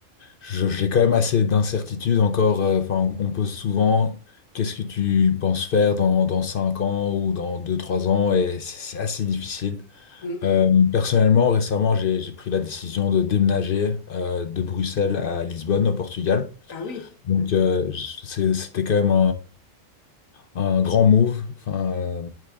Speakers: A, on the left; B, on the left.
A: je- J'ai quand même assez d'incertitudes encore. euh, Enfin, on on me pose souvent qu'est-ce que tu penses faire dans, dans 5 ans ou dans deux trois ans, et c'est c'est assez difficile.
B: Hmm.
A: Euh, personnellement, récemment, j'ai j'ai pris la décision de déménager euh, de Bruxelles à Lisbonne, au Portugal.
B: Ah oui,
A: Donc,
B: d'accord.
A: euh, je- c'est- c'était quand même un grand move, enfin, euh,